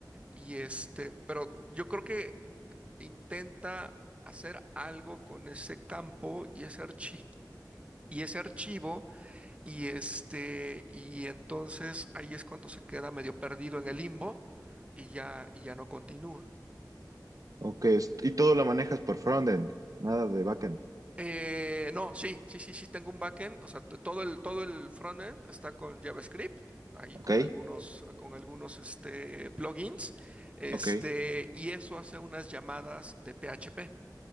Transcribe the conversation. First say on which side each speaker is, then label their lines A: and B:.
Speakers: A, on the right; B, on the right.
A: Y este, pero yo creo que intenta hacer algo con ese campo y ese archivo y ese archivo y este y entonces ahí es cuando se queda medio perdido en el limbo y ya y ya no continúa.
B: Ok, est- y todo lo manejas por frontend, nada de backend,
A: Eh, no, sí, sí, sí, sí tengo un backend, o sea, t- todo el todo el frontend está con JavaScript, ahí
B: ¿ok?
A: con algunos con algunos este plugins, este
B: Ok.
A: y eso hace unas llamadas de PHP.